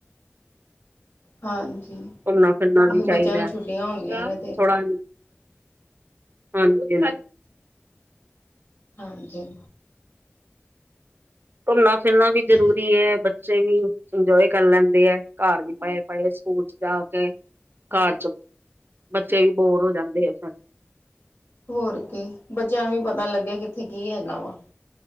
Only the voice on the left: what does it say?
ਹਾਂਜੀ
ਉਹੀ
ਬੱਚਿਆਂ ਨੂੰ ਛੁੱਟੀਆਂ
ਹੁੰਦੀਆਂ ਨੇ ਤੇ
ਹਾਂਜੀ
ਠੀਕ
ਹੋਰ ਕੀ ਬੱਚਿਆਂ ਨੂੰ ਵੀ ਪਤਾ ਲੱਗੇ ਕਿੱਥੇ ਕੀ ਹੈਗਾ ਵਾ।